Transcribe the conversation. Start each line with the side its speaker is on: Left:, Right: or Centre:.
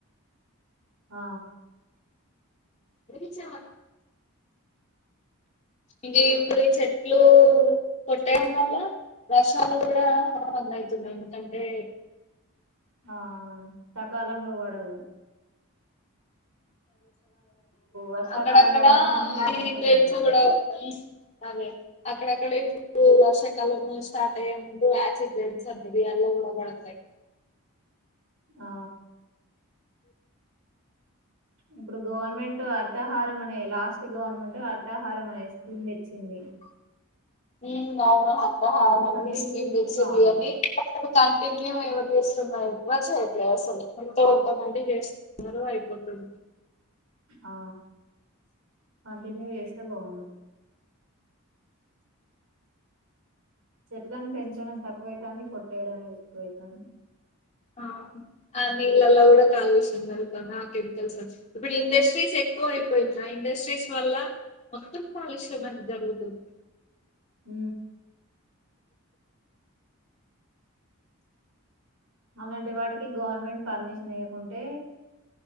Right: ఆ
Left: ఇరిచామనా ఇంగ ఇప్పుడు ఈ చెట్లూ కొట్టేయడం వల్లా వర్షాలు గూడా రన్ అయితున్నాయి ఎందుకంటే
Right: ఆ సకాలంలో వడవు వర్షాకాలంలో
Left: అక్కడక్కడా
Right: పడకుండా ఎండాకాలంలో
Left: <unintelligible> ల్సో
Right: పడుతుంది
Left: గూడా అదే అక్కడక్కడ ఇ <inaudible> డు వర్షాకాలము స్టార్ట్ అయ్యే ముందు ఆసిడ్ బేస్ <unintelligible> ల్ల గూడా <unintelligible>
Right: ఆ ఇప్పుడు గవర్నమెంట్ అ తహారం అనే లాస్ట్ గవర్నమెంట్ అర్థాహారం అనే స్కీమ్ దెచ్చింది.
Left: ఊహ్ అవును హర్థహారం
Right: అది
Left: అని
Right: కంటిన్యూ
Left: స్కీం
Right: చేస్తే
Left: దెచ్చింది
Right: బాగుండు
Left: అని <inaudible> టిన్యం ఎవరు జేస్తున్నారు ఎవ్వర్ చేయట్లే అస్సలు, ఎంతో ఒక్క మంది జేస్ <inaudible> న్నారు అయిపోతుంది.
Right: ఆ కంటిన్యూ ఏస్తే బాగుండు చెట్లను పెంచడం తక్కువైతాంది, కొట్టేయడమే ఎక్కువైతాంది.
Left: ఆ ఆ నీళ్ళల్లో గూడా కాలుష్యం జరుగుతాంది, ఆ కెమికల్స్. ఇప్పుడు ఇండస్ట్రీస్ ఎక్కువ అయిపోయినాయ్. ఇండస్ట్రీస్ వల్ల మొత్తం కాలుష్యం అనేది జరుగుతుంది
Right: ఊ అలాంటి వాటికి గవర్నమెంట్ పర్మిషన్ ఇయకుంటే